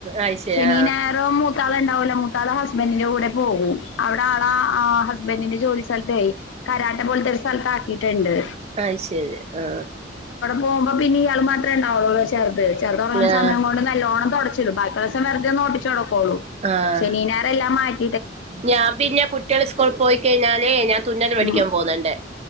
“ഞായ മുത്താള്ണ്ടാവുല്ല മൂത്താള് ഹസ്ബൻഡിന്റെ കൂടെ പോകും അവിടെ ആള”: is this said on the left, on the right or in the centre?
Left